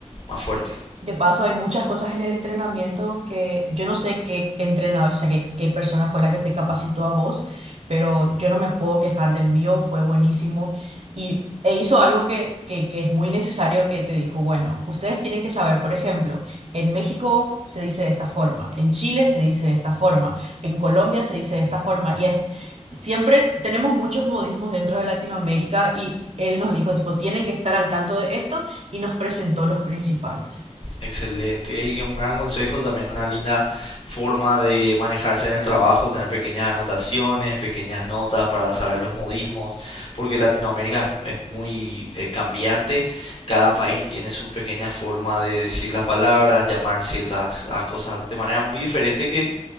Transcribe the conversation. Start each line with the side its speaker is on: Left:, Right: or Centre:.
Left: más fuerte.
Right: De paso, hay muchas cosas en el entrenamiento que yo no sé qué entrenador, o sea, qué, qué persona fue la que te capacitó a vos, pero yo no me puedo quejar del mío, fue buenísimo. Y e hizo algo que, que, que es muy necesario que te dijo, bueno, ustedes tienen que saber, por ejemplo, en México se dice de esta forma, en Chile se dice de esta forma, en Colombia se dice de esta forma, y es, siempre tenemos muchos modismos dentro de Latinoamérica y él nos dijo, tipo, tienen que estar al tanto de esto y nos presentó los principales.
Left: Excelente. Y un gran consejo, también una linda forma de manejarse en el trabajo, tener pequeñas anotaciones, pequeñas notas para saber los modismos, porque Latinoamérica es es muy eh, cambiante. Cada país tiene su pequeña forma de decir las palabras, llamar ciertas ah, cosas de manera muy diferente que